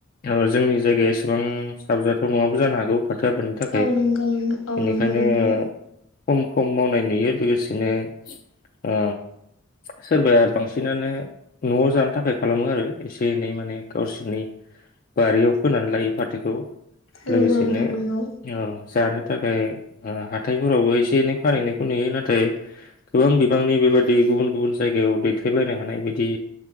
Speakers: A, on the left; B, on the left.
A: ओ जोंनि जायगाया एसेबां साबजाथाव नङाबो जानो हागौ फाथो आबादनि थाखाय
B: औ नंगौ औ
A: बेनिखायनो
B: नंगौ नोंथां
A: खम खम मावनाय नुयो लोगोसेनो ओ सोरबाया बांसिन बिदिनानो न'आव जानो थाखाय खालामो आरो एसे एनै माने गावसोरनि बारियाव फोनानै लायो फाथोखौ। लोगोसेनो
B: नगौ नोंथां नंगौ।
A: ओ जानो थाखाय ओ हाथायफोरावबो एसे एनै फानहनायखौ नुयो नाथाय गोबां बिबांनि बेबादि गुबुन गुबुन जायगायाव दै थैलायनो हानाय बिदि